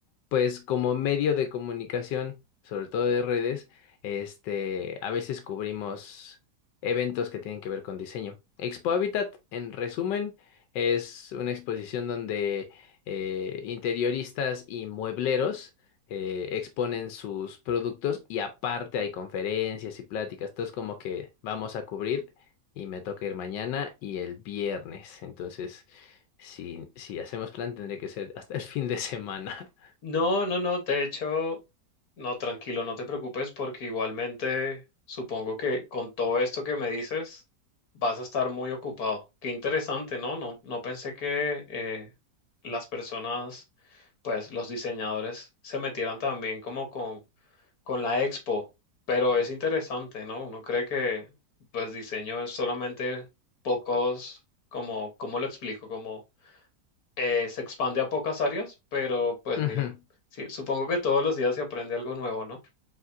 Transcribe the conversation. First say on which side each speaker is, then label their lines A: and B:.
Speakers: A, on the left; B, on the left.
A: pues como medio de comunicación, sobre todo de redes, este, a veces cubrimos eventos que tienen que ver con diseño. Expo Habitat, en resumen, es una exposición donde eh, interioristas y muebleros eh, exponen sus productos y aparte hay conferencias y pláticas. Entonces como que vamos a cubrir y me toca ir mañana y el viernes. Entonces, si, si hacemos plan, tendría que ser hasta el fin de semana.
B: No, no, no, de hecho, no, tranquilo, no te preocupes porque igualmente supongo que con todo esto que me dices vas a estar muy ocupado. Qué interesante, ¿no? No, no pensé que eh, las personas, pues los diseñadores se metieran también como con con la Expo, pero es interesante, ¿no? Uno cree que pues diseño es solamente pocos, como, ¿cómo lo explico? Como eh, se expande a pocas áreas, pero pues
A: <laughs>
B: mira,
A: Ujú.
B: sí, supongo que todos los días se aprende algo nuevo, ¿no?